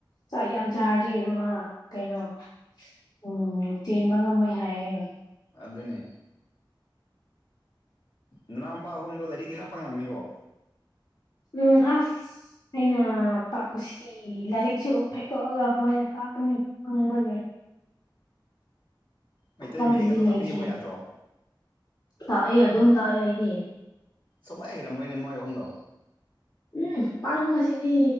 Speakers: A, on the left; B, on the left.
A: ꯆꯥꯛ ꯌꯥꯝ ꯆꯥꯔꯗꯤ ꯑꯃ ꯀꯩꯅꯣ ꯎꯝ ꯆꯦꯟꯕ ꯉꯝꯃꯣꯏ ꯍꯥꯏꯌꯦ
B: ꯑꯗꯨꯅꯦ ꯅꯅꯥꯎꯄꯥ ꯑꯍꯨꯝꯗꯣ ꯂꯥꯏꯔꯤꯛꯗꯤ ꯈꯔ ꯄꯪꯂꯝꯅꯤꯀꯣ
A: ꯎꯝ ꯑꯁ ꯑꯩꯅ ꯇꯥꯛꯄꯁꯤꯗꯤ ꯂꯥꯏꯔꯤꯛꯁꯨ ꯐꯦꯛꯇꯣꯛꯑꯒ ꯃꯣꯏꯅ ꯇꯥꯛꯄꯅꯦ ꯄꯡꯕꯒꯤ
B: ꯃꯩꯇꯩ
A: ꯈꯨꯄꯪꯁꯤꯗꯤ
B: ꯃꯌꯦꯛ ꯈꯛꯇ
A: ꯂꯩꯇ꯭ꯔꯦ
B: ꯇꯥꯛꯄꯤꯕ ꯌꯥꯗ꯭ꯔꯣ
A: ꯇꯥꯛꯑꯦ ꯑꯗꯨꯝ ꯇꯥꯛꯑꯦ ꯑꯩꯗꯤ
B: ꯁꯨꯛꯍꯩ ꯍꯩꯔꯝꯃꯣꯏꯅꯦ ꯃꯣꯏ ꯑꯍꯨꯝꯗꯣ
A: ꯎꯝ ꯄꯪꯕꯁꯤꯗꯤ